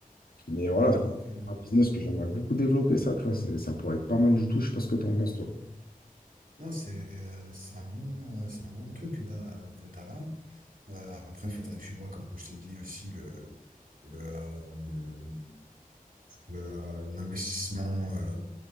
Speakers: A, on the left (about 85°); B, on the right (about 70°).
A: Mais voilà,
B: D'accord,
A: c'est
B: ok. je-
A: un business que j'aimerais beaucoup développer, ça, tu vois. c'est- Ça pourrait être pas mal du tout. Je sais pas ce que t'en penses, toi,
B: Non, c'est euh, c'est un bon, euh, c'est un bon truc que tu as, que t'as là. Euh, après, il faudrait que tu vois, comme je t'ai dit aussi, le, le, euh, le, euh, l'investissement. euh,